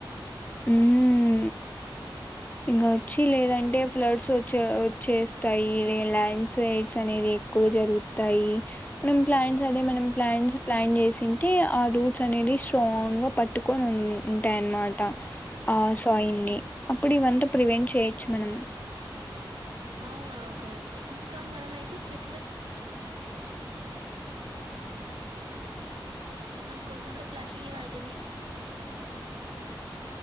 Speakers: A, on the left; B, on the right.
A: ఊహు ఇంగ వచ్చి లేదంటే ఫ్లడ్స్ వచ్చే వచ్చేస్తాయి లే ల్యాండ్ స్లైడ్ సనేవి ఎక్కువ జరుగుతాయి మనం ప్లాంట్స్ అదే మనం ప్లాంట్స్ ప్లాన్ చేస్ ఉంటే ఆ రూట్స్ అనేది స్ట్రాంగ్ గా పట్టుకోన్ ఉన్ ఉంటాయన్న్మాట ఆ సాయిల్ని అప్పుడివంత ప్రివెంట్ చేయచ్చు మనం
B: ఆ కరెక్టే ఇంకా మనమైతే చెట్లె కణం కోసం గుడ ప్లాన్ చి వాటిని